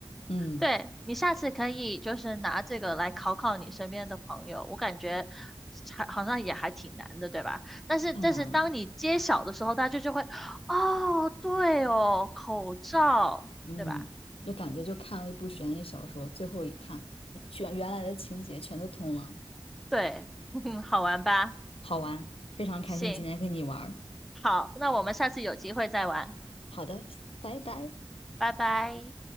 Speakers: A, on the left; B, in the centre.
A: 嗯，
B: 对，你下次可以就是拿这个来考考你身边的朋友，我感觉还好像也还挺难的，对吧？但是但是当你揭晓的时候，
A: 太难了，
B: 大家就会，哦，对哦，口罩，
A: 嗯，
B: 对吧？
A: 就感觉就看了一部悬疑小说，最后一看全原来的情节全都通了，
B: 对，<laughs> 好玩吧？
A: 好玩，非常开心今天跟你玩儿
B: 行，好，那我们下次有机会再玩，
A: 好的，拜拜。
B: 拜拜。